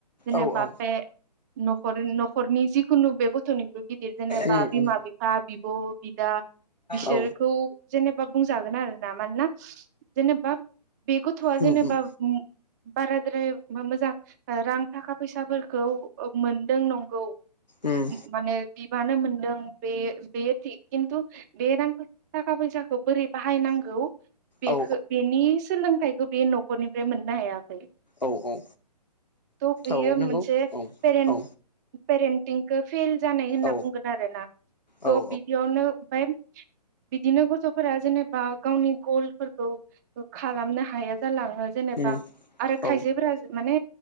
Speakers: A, on the right (about 25°); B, on the left (about 85°).
A: जेनेबा
B: औ औ
A: बे न'खर न'खरनि जिखुनु बे गथ'नि गिदिर जेनेबा
B: उम
A: बिमा
B: उम
A: बिफा बिब'। बिदा बिसोरखौ
B: औ
A: जेनेबा बुं ना मानोना जेनेबा। बे गथ'वा
B: उम
A: जेनेबा।
B: उम
A: बाराद्राय बे मोजां रां थाखा फैसाफोरखौ। ओब मोनदों नंगौ
B: उम
A: माने मानो मोनदों बे बियो थि खिन्थु बे रां थाखा फैसाखौ बोरै बाहायनांगौ? बेखौ
B: औ
A: बेनि सोलोंथाइ खौ बे न'खरनिफ्राय मोननो हायाख थ'
B: औ औ
A: बेयो
B: औ नंगौ
A: मोनसेे
B: औ
A: पेरेन्ट
B: औ
A: पेरेन्टिंखौ फेल जानाय होनना
B: औ
A: बुंगोन आरो ना
B: औ
A: थ' बिदियावनो ओमफ्राय बिदिनो गथ' फोरा जेनेबा गावनि गलफोरखौ खालामनो हाया जालां। ओ जेनेबा
B: उम
A: आरो खायसेबा
B: औ
A: माने